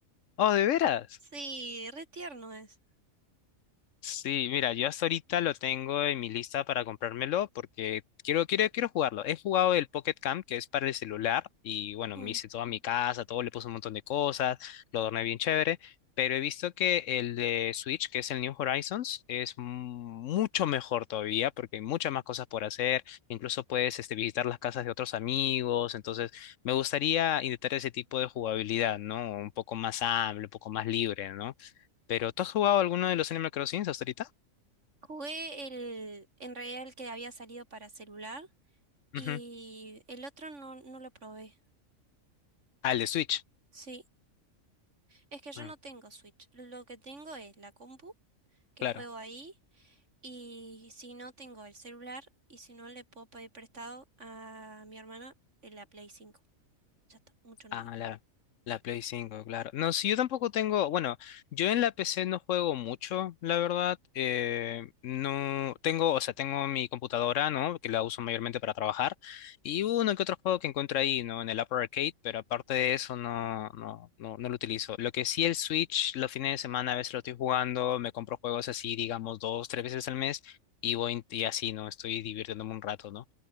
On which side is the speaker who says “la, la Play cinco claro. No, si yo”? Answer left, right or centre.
Left